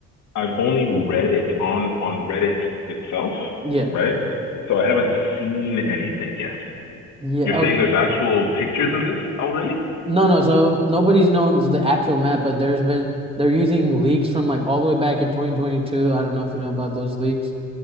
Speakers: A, on the left; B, on the right.
A: I've only read it on on Reddit itself,
B: Yeah.
A: right? So I haven't seen anything yet.
B: Yeah.
A: You're saying there's actual pictures of this already?
B: No, no. So nobody's known the actual map, but there's been they're using leaks from like all the way back in 2022. I don't know if you know about those leaks.